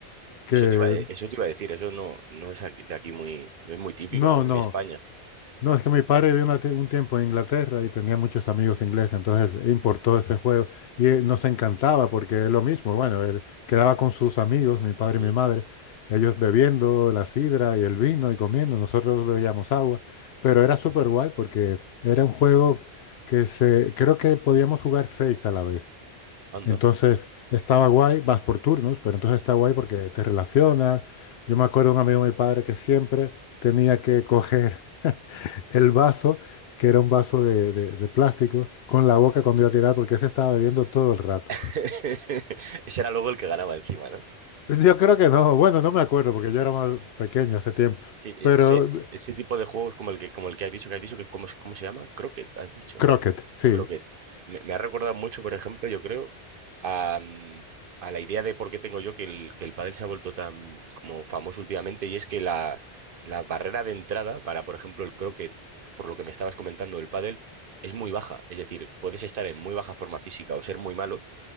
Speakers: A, on the left; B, on the right.
A: que...
B: Eso te iba, a de- eso te iba a decir, eso no, no es aquí- de aquí muy, no es muy típico,
A: No,
B: ¿no?
A: no.
B: En España.
A: No, es que mi padre vivió una tie- un tiempo en Inglaterra y tenía muchos amigos ingleses, entonces importó ese juego y eh, nos
B: Mm,
A: encantaba porque es lo mismo, bueno, él quedaba con sus amigos, mi padre
B: mm,
A: y mi madre, ellos bebiendo la sidra y el vino y comiendo, nosotros bebíamos agua, pero era súper guay porque era un juego que se, creo que podíamos jugar seis a la vez,
B: Anda.
A: entonces estaba guay, vas por turnos, pero entonces está guay porque te relacionas, yo me acuerdo de un amigo de mi padre que siempre tenía que coger el vaso, que era un vaso de, de- de plástico, con la boca cuando iba a tirar, porque ese estaba bebiendo todo el rato.
B: <laughs> Ese era luego el que ganaba encima, ¿no?
A: <laughs> Yo creo que no, bueno, no me acuerdo, porque yo era más pequeño hace tiempo,
B: Es que
A: pero
B: e- ese,
A: eh,
B: ese tipo de juegos como el que, como el que has dicho, que has dicho, que es como, ¿cómo se llama? Croquet, has dicho.
A: croquet, sí,
B: Croquet. Me, me ha recordado mucho, por ejemplo, yo creo, a, mm, a la idea de por qué tengo yo que el, que el pádel se ha vuelto tan como famoso últimamente, y es que la, la barrera de entrada para, por ejemplo, el croquet, por lo que me estabas comentando del pádel, es muy baja. Es decir, puedes estar en muy baja forma física o ser muy malo